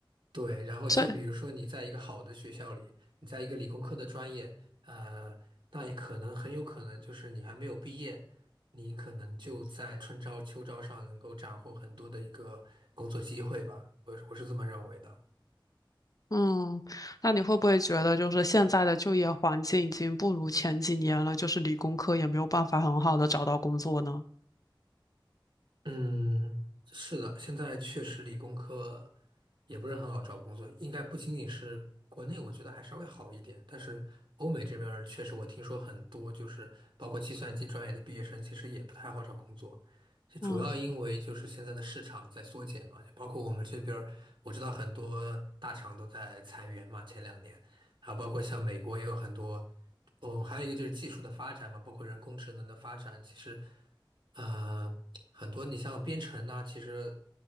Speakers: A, on the right; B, on the left.
A: 对。然后就比如说你在一个好的学校里，
B: 这。
A: 你在一个理工科的专业，呃，那也可能很有可能就是你还没有毕业，你可能就在春招秋招上能够斩获很多的一个工作机会吧，我我是这么认为的。
B: 嗯，那你会不会觉得，就是现在的就业环境已经不如前几年了，就是理工科也没有办法很好的找到工作呢？
A: 嗯，是的，现在确实理工科也不是很好找工作，应该不仅仅是国内，我觉得还稍微好一点，但是欧美这边儿确实我听说很多，就是包括计算机专业的毕业生，其实也不太好找工作。这主要因为就是现在的市场在缩减嘛，
B: 嗯
A: 就包括我们这边儿我知道很多大厂都在裁员嘛，前两年。还有包括像美国也有很多，哦，还有一个就是技术的发展嘛，包括人工智能的发展，其实，呃，很多你像编程呐、其实